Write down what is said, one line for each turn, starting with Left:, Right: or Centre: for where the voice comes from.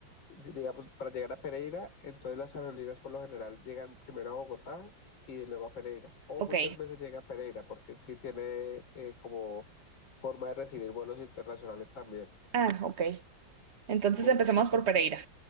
Left: si- digamos, para llegar a Pereira, entonces las aerolíneas por lo general llegan primero a Bogotá y luego a Pereira. O
Right: ok.
Left: muchas veces llega a Pereira porque sí tiene eh, como forma de recibir vuelos internacionales también.
Right: Ah, ok. Entonces
Left: Bueno,
Right: empecemos
Left: entonces...
Right: por Pereira.